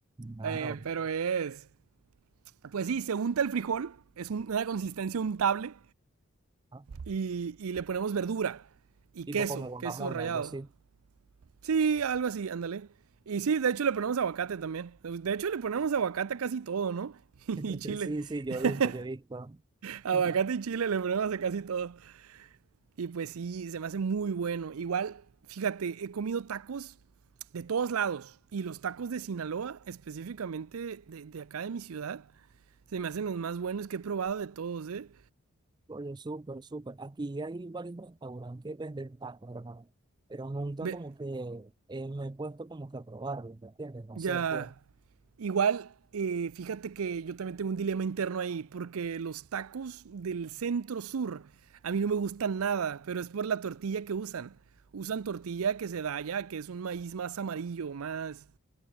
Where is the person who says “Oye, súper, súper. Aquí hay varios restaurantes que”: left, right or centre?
Right